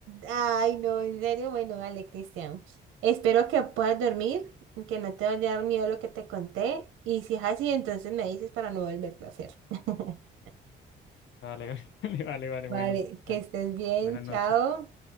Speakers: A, on the right; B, on the left.
A: Ay, no, en serio, bueno, dale, Cristian. Espero que puedas dormir, y que no te vaya a dar miedo lo que te conté. Y si es así, entonces me dices para no volverlo a hacer. <laughs>
B: Vale, <laughs> vale, vale, bueno,
A: Vale, que
B: tan-
A: estés bien,
B: buenas
A: chao.
B: noches.